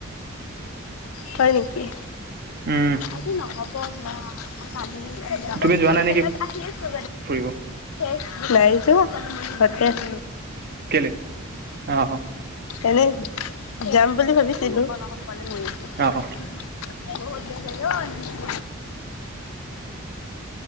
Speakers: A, on the left; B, on the right.
A: হয় নিকি
B: উম,
A: আজি নহব ন কালি <unintelligible>
B: তুমি যোৱা
A: কনতেলত
B: নাই নেকি
A: আহি আছে
B: ফুৰিব?
A: <unintelligible> লাই যে সতেজ
B: কেলে? অ',
A: এনে যাম বুলি ভাবিছিলো অলপ আগত পালোহি
B: অ হয়
A: বহুত দেৰি হল ঐ